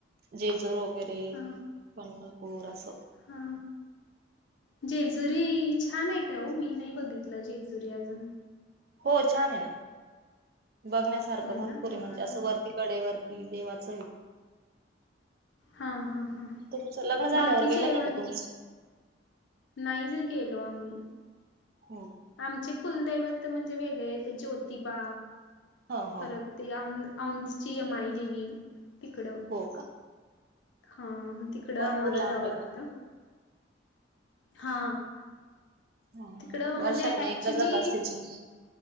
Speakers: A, on the right; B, on the left.
A: जेजुरी वगैरे
B: हा
A: पंढरपूर असो
B: हा जी जेजुरी छान आहे काय हो मी नाही बघितलं जेजुरी अजून
A: हो छान आहे ना बघण्यासारखं
B: होय
A: भरपूर
B: ना हा
A: आहे म्हणजे असं वरती कडे वरती कि देवाचं
B: हा हा हा
A: तुमचं लग्न झाल्यावर
B: बाकी जेवण
A: गेलं नाही. तुम्ही
B: नाही गेलो आम्ही.
A: होम,
B: आमचे कुलदैवत म्हणजे वेगळे ते ज्योतिबा
A: ह ह
B: परत आमची माई देवी तिकडं
A: हो का
B: हां मग ते तिकडं
A: भरपूर
B: आम्हाला
A: लांब
B: जावं
A: आहे
B: लागतं
A: मग
B: हा
A: ह
B: तिकडं म्हणजे
A: वर्षातन
B: ऍक्चुली.
A: एकदा जात असतील तुम्ही